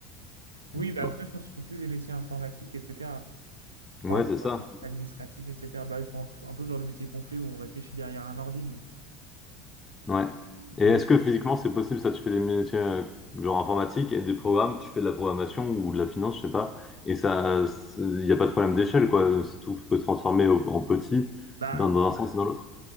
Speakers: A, on the right; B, on the left.
A: Oui,
B: Enfin,
A: bah, après, je pense que tu fais plus des métiers informatiques, etc.
B: ouais,
A: Enfin,
B: c'est ça.
A: euh, administratif, etc. Bah, c'est un peu un peu le genre de métier qu'on fait où on réfléchit derrière un ordi, nous.
B: Ouais. Et
A: Mais,
B: est-ce que physiquement c'est possible ça? Tu fais des métiers euh, genre informatique et des programmes, tu fais de la programmation ou de la finance, je sais pas. Et ça, il n'y a pas de problème d'échelle, quoi. C'est Tout peut se transformer au- en petit
A: bah,
B: dans, dans un sens et dans l'autre.